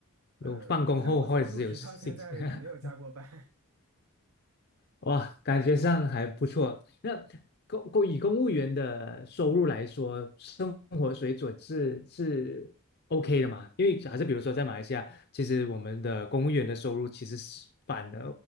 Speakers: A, on the left; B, on the right.
A: 有放工后或者是有兴趣，
B: 呃，反正我从入职到现在没有加过班，
A: <laughs> 哇，感觉上还不错。那公公以公务员的收入来说，生活水准是是 OK 的嘛？因为还是比如说在马来西亚，其实我们的公务员的收入其实是反而